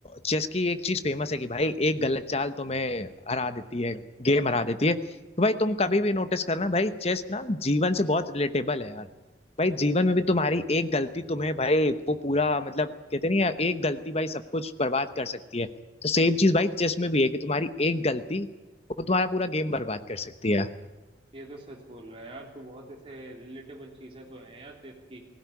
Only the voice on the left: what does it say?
चेस की एक चीज फेमस है कि भाई एक गलत चाल तुम्हें हरा देती है गेम हरा देती है तो भाई तुम कभी भी नोटिस करना भाई चेस ना जीवन से बहुत रिलेटेबल है यार भाई जीवन में भी तुम्हारी एक गलती तुम्हें भाई वो पूरा मतलब कहते नहीं है, एक गलती भाई सब कुछ बर्बाद कर सकती है तो सेम चीज भाई चेस में भी है कि तुम्हारी एक गलती वो तुम्हारा पूरा गेम बर्बाद कर सकती है